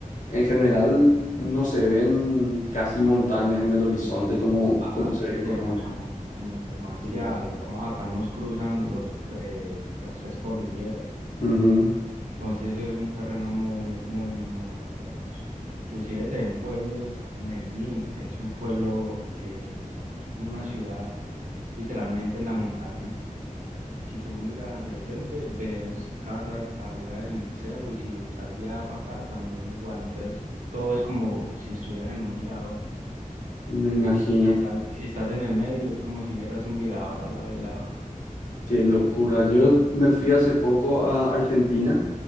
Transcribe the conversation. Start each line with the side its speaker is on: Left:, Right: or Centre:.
Left: en general no se ven casi montañas
Right: A-
Left: en el horizonte como,
Right: Acá
Left: como se
Right: sí
Left: ve en
Right: se
Left: Colombia.
Right: ve mucha montaña, demasiada,
Left: Uf.
Right: digamos, acá nos cruzan los tres, las tres cordilleras.
Left: Ujú,
Right: Entonces eso es un terreno muy, muy, muy montañoso. Inclusive se ven pueblos, Medellín es un pueblo que, una ciudad literalmente en la montaña. Si tú miras hacia el frente, ves casas arriba en el cerro y si estás de allá para acá, también igual. Entonces todo es como si estuvieras en un mirador.
Left: me imagino.
Right: Y si estás, y si estás en el medio, es como si fueras un mirador al lado y lado
Left: Qué locura. Yo me fui hace poco a Argentina,